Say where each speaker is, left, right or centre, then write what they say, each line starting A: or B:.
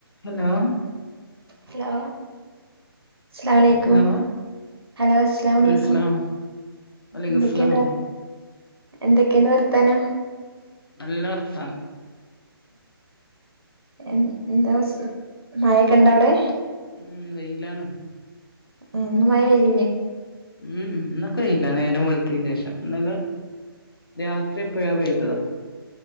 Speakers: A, on the left (about 70°); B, on the right (about 75°).
A: Hello
B: hello അസ്‌ലാം അലേക്കും
A: hello
B: hello അസ്‌ലാം അലേക്കും
A: അലൈക്കുസ്സലാം വലൈക്കുസ്സലാം
B: എന്തൊക്കെയുണ്ട് എന്തൊക്കെയുണ്ട് വർത്താനം
A: നല്ല വർത്താനം
B: എ എന്താ മയ ഒക്കെ ഉണ്ടോ അവിടെ
A: ഉം വെയിലാണ്
B: ഉം ഇന്ന് മയ പെയ്യും
A: ഉം ഇന്നോക്കെ വെയിലാ നേരം വെളുത്തിന്റെ ശേഷം ഇന്നലെ - രാത്രി എപ്പോഴാ പെയ്തതാ